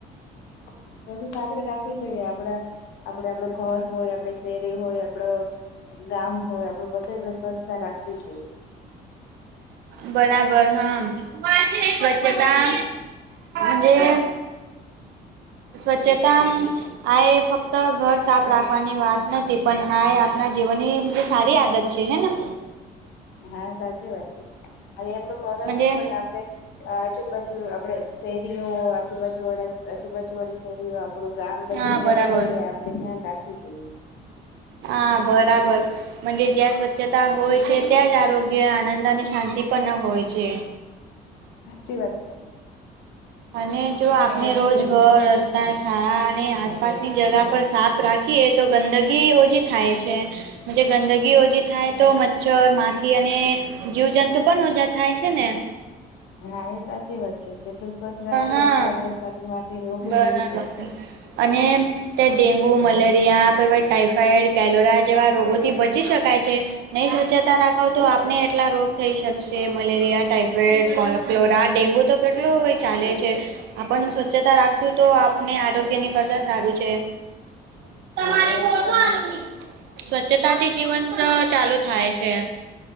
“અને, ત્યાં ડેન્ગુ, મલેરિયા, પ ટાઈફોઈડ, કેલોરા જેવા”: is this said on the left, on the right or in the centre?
Right